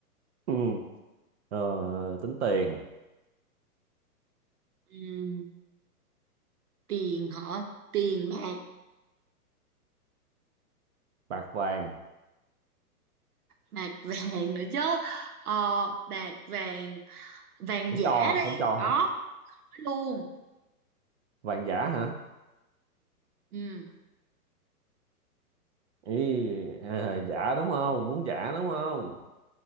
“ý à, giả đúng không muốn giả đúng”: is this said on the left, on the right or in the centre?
Right